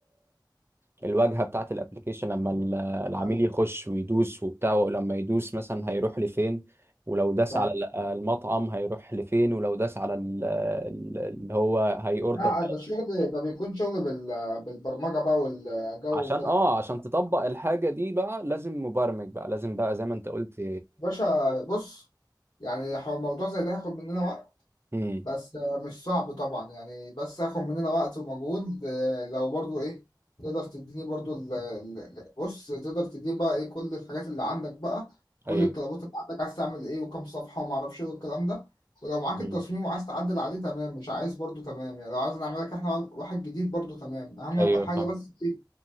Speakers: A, on the right; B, on the left.
A: الواجهه بتاعت الابلكيشن لما ال- العميل
B: ايوه
A: يخش ويدوس وبتاع ولما يدوس مثلا هيروح لفين ولو داس
B: فاهم
A: على ال- المطعم هيروح لفين ولو داس على ال- ال- اللي هو هي اوردر
B: لا
A: خلاص
B: ده الشغل ده بيكون شغل بال... بالبرمجه بقى والجو
A: عشان
B: ده
A: اه عشان تطبق الحاجه دي بقى لازم مبرمج بقى لازم بقى زي ما انت قلت
B: باشا بص يعني حو- موضوع زي ده هياخد مننا وقت
A: امم
B: بس آه، مش صعب طبعا يعني بس هاخد مننا وقت ومجهود آه، لو برضو ايه تقدر تديني برضو ال- ال- ال- بص تقدر تديني بقى ايه كل الحاجات اللي عندك بقى كل
A: ايوه
B: الطلبات اللي عندك عايز تعمل ايه وكم صفحة وما اعرفش ايه والكلام ده ولو معاك
A: مم.
B: التصميم وعايز تعدل عليه تمام مش عايز برضو تمام يعني لو عايز نعمل لك احنا واحد جديد برضو تمام اهم
A: ايوه
B: حاجة
A: فاهم
B: بس إيه؟